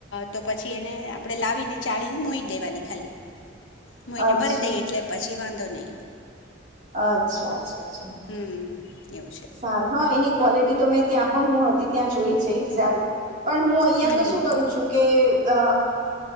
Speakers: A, on the left; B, on the right.
A: તો પછી એને આપણે લાવીને ચાળીને મોઈ દેવાની ખાલી. મોયને
B: અચ્છા
A: ભરી દઈએ એટલે પછી વાંધો નહીં.
B: અચ્છા. અચ્છા અચ્છા.
A: હમ એવું છે
B: સારું હા એની ક્વોલિટી તો મેં ત્યાં પણ હું હતી ત્યાં જોઈ છે સારું પણ હું અહિયાં
A: હમ
B: તો
A: હમ
B: શું કરું છું કે અ